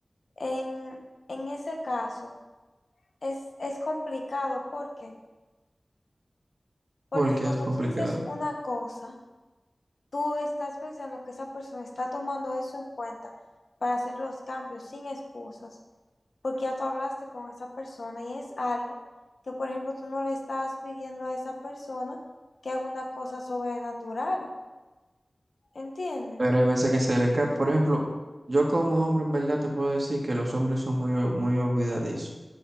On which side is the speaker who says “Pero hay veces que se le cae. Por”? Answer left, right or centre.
Right